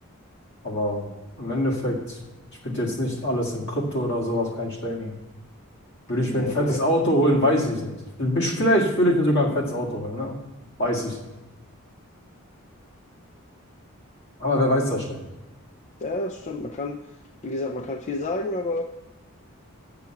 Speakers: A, on the left (about 55°); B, on the left (about 35°).
A: Aber im Endeffekt, ich würde jetzt nicht alles in Krypto oder sowas reinstecken. Würde ich
B: Nee,
A: mir ein fettes
B: auf keinen
A: Auto
B: Fall.
A: holen, weiß ich nicht. Vielleicht würde ich mir sogar ein fettes Auto holen, ne? Weiß ich nicht. Aber wer weiß das schon?
B: Ja, das stimmt. Man kann, wie gesagt, man kann viel sagen, aber